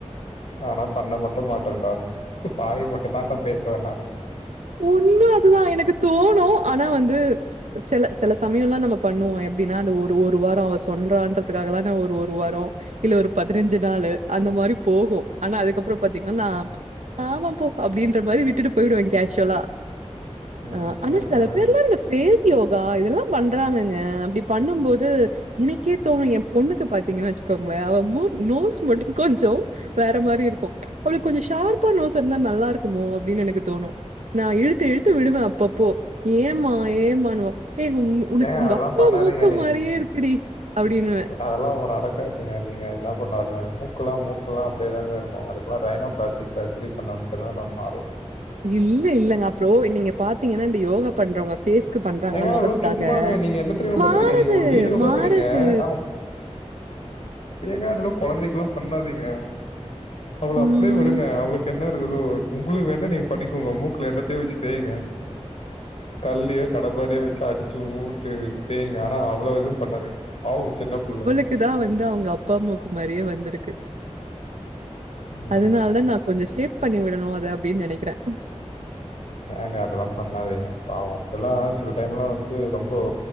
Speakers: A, on the left; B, on the right.
A: ஆனா பண்ண மட்டு மாட்டன்டா வாய் மட்டுந்தான்டா பேசுவ நானு
B: உண்ம அதுதா எனக்கு தோணு ஆனா வந்து செல செல சமயொல்லா நம்ம பண்ணுவோ எப்டினா அந்த ஒரு ஒரு வாரோ அவ சொல்றான்றதுக்காகலா நா ஒரு ஒரு வாரோ இல்ல ஒரு பதினஞ்சு நாளு அந்த மாரி போகு ஆனா அதுக்கப்றோ பாத்தீங்னா நா ஆமா போ அப்டின்ற மாரி விட்டுட்டு பொயிடுவே கேஷ்வொலா
A: ம்,
B: ஆ ஆனா
A: ம்,
B: செல
A: ம்.
B: பேர்லா இந்த ஃபேஸ் யோகா இதெல்லா பண்றாங்கங்க அப்டி பண்ணும்போது எனக்கே தோணு எஏ பொண்ணுக்கு பாத்தீங்கனு வச்சுக்கோங்ளே அவ நோஸ் மட்டு கொஞ்சோ வேற மாரி இருக்கு அவளுக்கு கொஞ்சொ ஷார்ப்பா நோஸ் இருந்தா நல்லா இருக்குமோ அப்டின் எனக்கு தோணு நா இழுத்து இழுத்து விடுவே அப்பப்போ ஏமா ஏமானுவா ஏ உன் உனக்கு
A: ஏங்க
B: உங்கப்பா
A: அதெல்லாம் பண்ணாதீங்க
B: மூக்கு மாரியே இருக்குடி அப்டின்னுவே
A: அதெல்லா ஓரடக்காதுங்க நீங்க என்ன பண்ணாலு மூக்குலா மூக்குலா அப்டியேதாங்க இருக்கு அதுக்குலா ரைனோ பிளாஸ்டிக் சர்ஜரி பண்ணா மட்டுதா எல்லா மாறு
B: இல்ல இல்லங்கா ப்ரோ நீங்க பாத்தீங்கனா இந்த யோகா பண்றவங்க ஃபேஸ்க்கு பண்றாங்களா
A: ஏங்க
B: மொகத்துக்காக
A: அதெல்லாம் சும்மாங்க. நீங்க என்ன தெரியுமா
B: மாறுது
A: பண்றீங்க? நீங்க ஒரு வீடியோ
B: மாறுது
A: பார்க்குறீங்க. ஆமா. ஏங்க அதுலா குழந்தைக்லா பண்ணாதீங்க அவள
B: ம்
A: அப்டியே விடுங்க அவளுக்கு என்ன இருக்குதோ உங்களுக்கு வேணா நீங்க பண்ணிக்கோங்க மூக்ல என்னத்தயோ வச்சு தேயிங்க கல்லயோ அப்டியே வச்சி அடிச்சி ஊத்தி தேய்ங்க ஆனா அவள எது பண்ணாதிங்க பாவு சின்னப்புள்ள
B: க்குதா வந்து அவங்க அப்பா மூக்கு மாரியே வந்துருக்கு
A: உம்
B: அதுனாலதா நா கொஞ்சோ ஷேப் பண்ணி விடணு அத அப்டின் நெனைக்கிறே
A: ஏங்க அதெல்லா பண்ணாதீங்க பாவோ அதுலா சில டைம்லா வந்து ரொம்போ